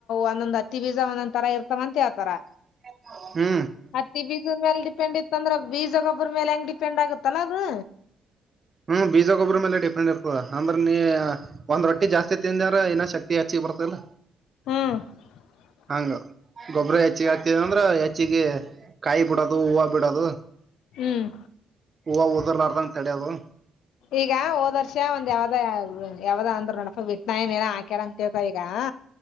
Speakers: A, on the left; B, on the right.
A: ಒಂದೊಂದ್ ಅತ್ತಿ ಬೀಜ ಒಂದೊಂದ್ರ ಇರ್ತವ ಅಂತಾವತರ
B: ಹ್ಮ <unintelligible>
A: ಹತ್ತಿ ಬೀಜದ ಮೇಲೆ ಡಿಪೆಂಡ್ ಇತ್ತ ಅಂದ್ರೆ ಬೀಜಗೊಬ್ಬ್ರ ಮೇಲೆ ಹೆಂಗ್ ಡಿಪೆಂಡ್ ಆಗತ್ತಲ್ಲಾ ಅದು
B: ಹ್ಮ್ ಬೀಜ ಗೊಬ್ಬ್ರ ಮೇಲೆ ಡಿಫ್ರೆಂಟ್ ಇರ್ತದ ಅಂದ್ರೆ ನೀ ಒಂದ್ ರೊಜಾಸ್ತಿ ತಿಂದಾರ ಇನ್ನ ಶಕ್ತಿ ಹೆಚ್ಚ ಬರ್ತಲ್ಲ
A: ಹ್ಮ್ <inaudible>
B: ಹಂಗ ಗೊಬ್ಬ್ರ ಹೆಚ್ಚಿಗೆ ಆಕ್ತದ ಅಂದ್ರ ಹೆಚ್ಚಿಗೆ ಕಾಯಿ ಬಿಡದು ಹೂವು ಬಿಡೋದು
A: ಹ್ಮ್
B: ಪೂವ ಓದರ್ಲಾರದಂಗ ಕಡೆಯಾವ
A: ಈಗ ಹೋದ್ ವರ್ಷ ಒಂದ್ ಯಾವದ ಯಾವ್ದ ಅಂದ್ರರು ನಡಪ ವಿಟ್ನನ್ ಏನ ಹಾಕ್ಯಳ ಅಂತ ಕೇಳ್ತ ಈಗ ಹಾ